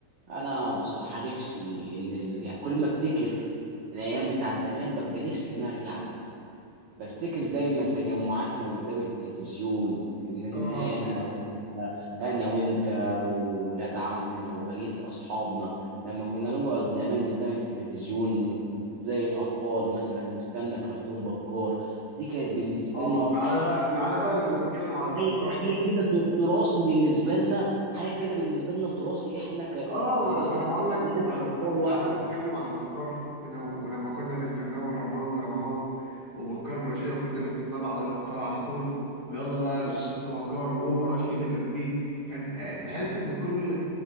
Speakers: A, on the right; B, on the left.
A: انا بصراحه نفسي ان ال... يعني كل ما افتكر الايام بتاع زمان ببقى نفسي ان انا ارجع لها بفتكر دايما تجمعاتنا قدام التلفزيون ان
B: اه
A: انا وانت انا وانت واولاد عمنا وبقيه اصحابنا لما كنا نقعد زمان قدام التلفزيون زي الاطفال مثلا نستنى كرتون بكار دي كانت بالنسبه
B: اه
A: لي
B: تعالى
A: حاجه
B: بقى
A: كده
B: تعالى بقى نتكلم على بكار
A: حاجه كده حاجه كده تر- تراثي بالنسبه لنا حاجه كده بالنسبه لنا تراثي احنا ك
B: اه
A: دلوقتي
B: وانا ما أنا بقول لك
A: لينا كاطفال
B: تعالى
A: وقتها
B: تعالى نتكلم على مكار كده ولما كنا نستناه من رمضان لرمضان ومكار ورشيدة وكنا نستناه بعد الفطار على طول ويلا بقى
A: بص
B: نستنى مكار وهو رشيدة جنبيه كان آه، تحس ان كل